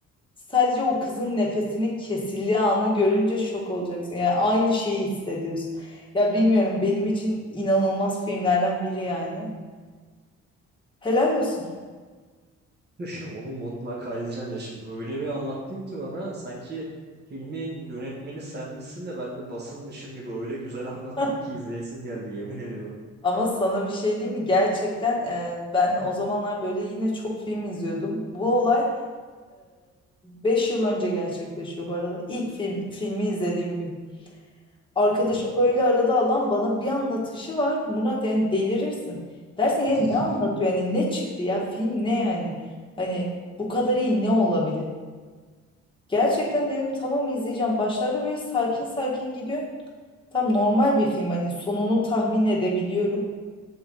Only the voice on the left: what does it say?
sadece o kızın nefesinin kesildiği anı görünce şok olacaksın. Yani aynı şeyi hissediyorsun. Ya bilmiyorum benim için inanılmaz filmlerden biri yani. Helal olsun.
<laughs>
Ama sana bir şey diyeyim mi? Gerçekten e, ben o zamanlar böyle yine çok film izliyordum. Bu olay Beş yıl önce gerçekleşiyor bu arada. İlk film, filmi izlediğim gün. Arkadaşım
böyle arada alan bana bir anlatışı var. Murat yani delirirsin. Dersin yani
ne anlatıyor? Yani ne çıktı ya? Film ne yani? Hani bu kadar iyi ne olabilir? Gerçekten dedim tamam izleyeceğim. Başlarda böyle sakin sakin gidiyor. Tam normal bir film hani sonunu tahmin edebiliyorum.